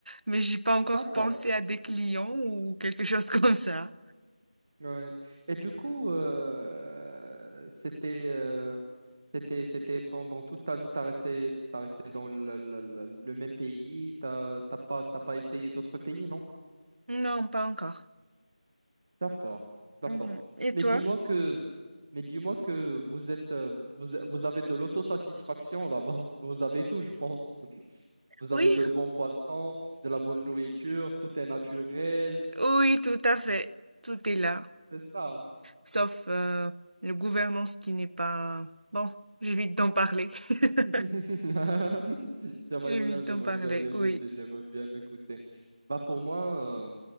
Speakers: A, on the right (about 80°); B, on the right (about 20°).
A: Mais j'ai pas encore
B: D'accord.
A: pensé à des clients ou quelque chose <laughs> comme ça.
B: Ouais. Et du coup, euh, c'était, euh, c'était, c'était pendant toute ta vie, t'as resté, t'as resté dans le, le- le- le même pays, t'as t'as pas, t'as pas essayé d'autres pays, non?
A: Non, pas encore.
B: D'accord, d'accord.
A: Mhm. Et
B: Mais
A: toi?
B: dis-moi que, mais dis-moi que vous êtes, euh, vous, vous avez de l'autosatisfaction là-bas. <laughs> Vous avez tout, je pense. <laughs> Vous
A: Oui,
B: avez de bons poissons, de la bonne nourriture, tout est naturel.
A: oui, tout à fait. Tout est là.
B: C'est ça.
A: sauf euh, la gouvernance qui n'est pas... Bon, j'évite d'en parler. <laughs>
B: <laughs> J'aimerais
A: J'évite
B: bien, j'aimerais
A: d'en parler,
B: bien l'écouter,
A: oui.
B: j'aimerais bien l'écouter. Bah pour moi, euh,